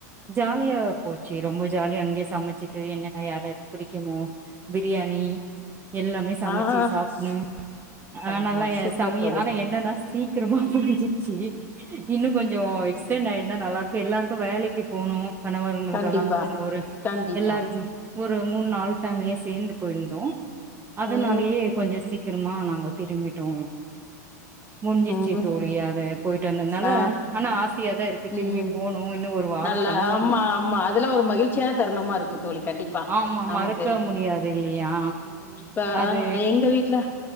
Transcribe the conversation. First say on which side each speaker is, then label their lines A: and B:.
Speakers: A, on the right; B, on the left.
A: ஜாலியா போச்சு ரொம்ப ஜாலியா அங்கேயே சமைச்சிட்டு என்னன்னா யார்யாருக்கு பிடிக்குமோ <unintelligible> பிரியாணி எல்லாமே சமைச்சு
B: ஆ
A: சாப்பிடணு
B: ஆ ஆமா
A: ஆஹ்னாலா
B: சூப்பர்
A: சமைய
B: தோழி
A: ஆனா என்னதா சி கிரமொ புரிஞ்சிச்சு இன்னு கொஞ்சோ எக்ஸ்டென்ட் ஆயிருந்தா நல்லா இருக்கு எல்லாருக்கு வேலைக்கு போணு கணவரங்களுக்கெல்லா
B: கண்டிப்பா
A: வந்துன்னு ஒரு
B: கண்டிப்பா
A: எல்லாருக்கு ஒரு மூணு நாலு ஃபேமிலியா சேர்ந்து போயிருந்தோ அதனாலயே
B: ம்
A: கொஞ்ச சீக் கிரமா நாங்க திரும்பிட்டோ முஞ்சிச்சு
B: ம்
A: தோழி அத போயிட் ரெண்டுனால
B: ஆ
A: ஆனா ஆசியா தா இருக்கு
B: ம்
A: திரும்பி போணு இன்னு ஒரு வாரோ
B: நல்லா
A: தங்கணு
B: ஆமா ஆமா அதெல்லா ஒரு மகிழ்ச்சியான தருணமா இருக்கு தோழி கண்டிப்பா
A: ஆமா
B: நமக்கு
A: மறக்க முடியாது இல்லையா
B: ம் இப்ப
A: அது
B: ஆ எங்க வீட்டுல